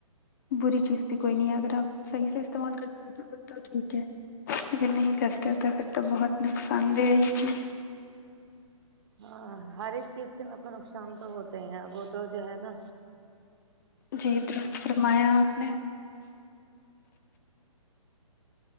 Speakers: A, on the left; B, on the right.
A: بری چیز بھی کوئی نہیں ہے اگر آپ صحیح سے استعمال کرتے ہو تو پھر تو ٹھیک ہے اگر نہیں کرتے ہو تو پھر تو بہت نقصان دہ ہے یہ چیز
B: ہاں ہر ایک چیز کا ن نقصان تو ہوتا ہیں وہ تو جو ہے نا
A: جی درست فرمایا آپ نے